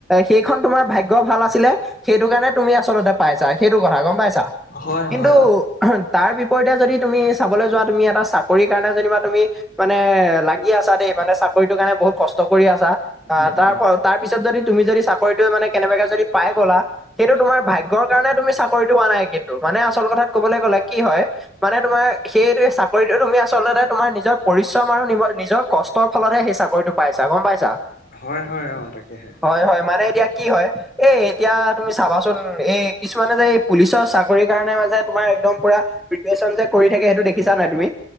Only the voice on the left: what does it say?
হয়
হয় অ
উম
উম
হয় হয়, অঁ' তাকেহে।